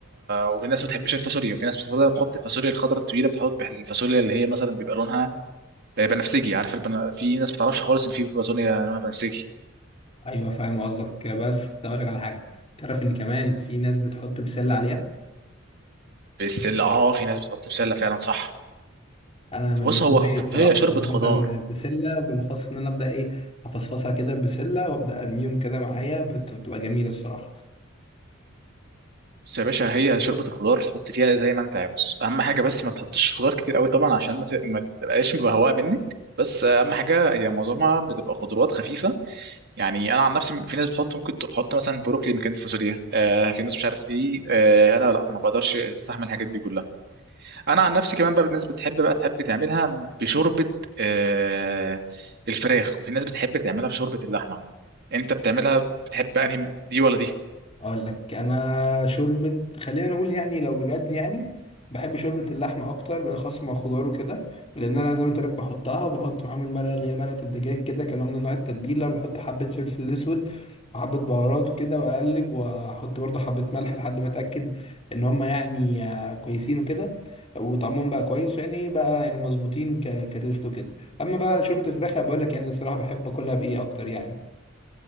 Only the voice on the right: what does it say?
وفي ناس ما بتحبش الفاصوليا وفي ناس بتفضل تحط الفاصوليا الخضراء الطويله بتحط الفاصوليا اللي هي مثلا بيبقى لونها آه، بنفسجي عارف البن... في ناس ما بتعرفش خالص ان في فاصوليا لونها بنفسجي
بالسله اه في ناس بتحط بسله فعلا صح
فبص
هو
هي شوربه
خضار
بص يا باشا هي شوربة الخضار تحط فيها زي ما انت عاوز اهم حاجة بس ما تحطش خضار كتير قوي طبعا عشان ما, ت... ما تبقاش بهواء منك بس اهم حاجة هي معظمها بتبقى خضروات خفيفة يعني انا عن نفسي في ناس بتحط ممكن تحط مثلا بروكلي مكان الفاصوليا آه في ناس مش عارف ايه آه انا لا ما بقدرش استحمل الحاجات دي كلها انا عن نفسي كمان بقى الناس بتحب بقى تحب تعملها بشوربة آه الفراخ وفي ناس بتحب تعملها بشوربة اللحمة انت بتعملها بتحب انهي دي ولا دي